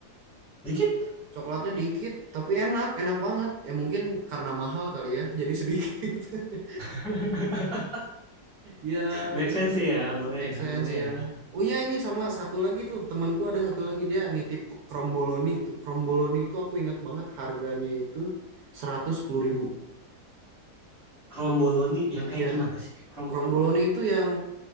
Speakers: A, in the centre; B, on the right.
A: Dikit.
B: coklatnya dikit tapi enak enak banget ya mungkin karena mahal kali ya jadi sedikit <laughs>
A: <laughs>
B: Iya
A: Make
B: gitu
A: sense sih ya. Boleh
B: make
A: ya,
B: sense
A: boleh
B: ya
A: ya.
B: oh iya ini sama satu lagi tuh temanku ada satu lagi dia nitip kromboloni itu kromboloni itu aku ingat banget harganya itu seratus sepuluh ribu
A: Kromboloni yang kayak
B: ya
A: gimana sih? Kromboloni.
B: Kromboloni itu yang